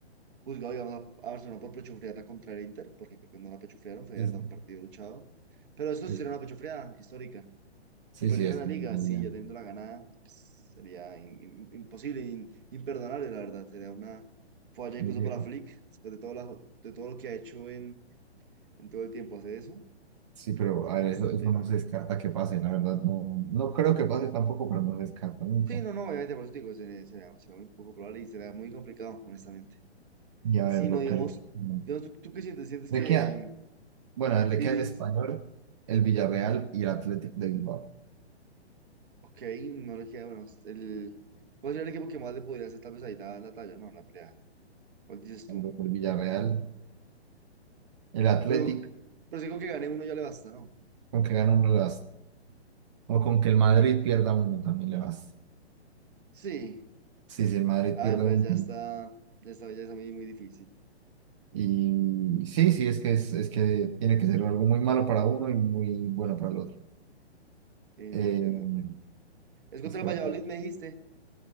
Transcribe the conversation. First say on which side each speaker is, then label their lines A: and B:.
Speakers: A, on the right; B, on the right.
A: juzgado, digamos, a, a Barcelona por pechofrearla contra el Inter, porque creo que no la pechofrearon, fue
B: Es-
A: de verdad un partido luchado. Pero esto sí
B: es-
A: será una pechofreada histórica.
B: sí,
A: Si perdieran
B: sí, es
A: la liga,
B: muy
A: sí,
B: bien,
A: ya teniendo la ganada, pues, sería im- im- imposible, in- imperdonable, la verdad. Sería una falla
B: muy
A: incluso
B: bien.
A: para Flick, después de todo, la- de todo lo que ha hecho en, en todo el tiempo hacer eso,
B: Sí, pero
A: sería
B: a ver,
A: bastante
B: eso, eso
A: grave.
B: no se descarta que pase, la verdad. No, no creo que pase tampoco, pero no se descarta nunca.
A: Sí, no, no, obviamente, por eso te digo, sería, sería, sería muy poco probable y sería muy complicado, honestamente.
B: Y a
A: Si
B: ver, lo
A: no, digamos,
B: que le, no.
A: digamos, ¿tú, tú qué sientes? ¿Sientes
B: le
A: que
B: queda, bueno, a ver, le
A: Vini,
B: queda el Español, el Villarreal y el Athletic de Bilbao.
A: ok, no le queda, bueno, el, ¿cuál sería el equipo que más le podría hacer tal vez ahí la, la talla? No, la pelea. ¿Cuál dices
B: Tal
A: tú?
B: vez El Villarreal, el Athletic,
A: Pero, pero si con que gane uno ya le basta, ¿no?
B: con que gana uno le basta. O con que el Madrid pierda uno también le basta.
A: Sí,
B: Sí, si el Madrid
A: ah,
B: pierde
A: entonces
B: uno.
A: ya está, ya está, ya está muy, muy difícil.
B: Y sí, sí, es que, es, es que tiene que ser algo muy malo para uno y muy bueno para el otro.
A: Sí,
B: Eh,
A: ya entiendo. Es contra
B: espera,
A: el Valladolid,
B: espera.
A: me dijiste.